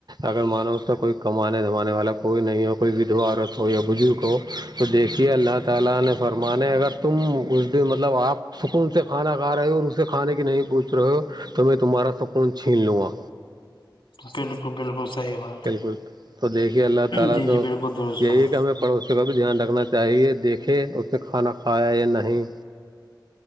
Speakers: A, on the right (about 55°); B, on the left (about 85°).
A: اگر مانو اس کا کوئی کمانے دمانے والا کوئی نہیں ہو کوئی ودھو عورت ہو یا بزرگ ہو تو دیکھیے اللہ تعالی نے فرمانے اگر تم اس دن مطلب آپ سکون سے کھانا کھا رہے ہو اور اسے کھانے کی نہیں پوچھ رہے ہو تو میں تمہارا سکون چھین لوں گا
B: بالکل بالکل صحیح بات
A: بالکل تو دیکھیے اللہ تعالی
B: جی
A: تو
B: جی بالکل درست
A: یہی
B: فرما
A: ہے کہ ہمیں پڑوسی کا بھی دھیان رکھنا چاہیے دیکھے اس نے کھانا کھایا یا نہیں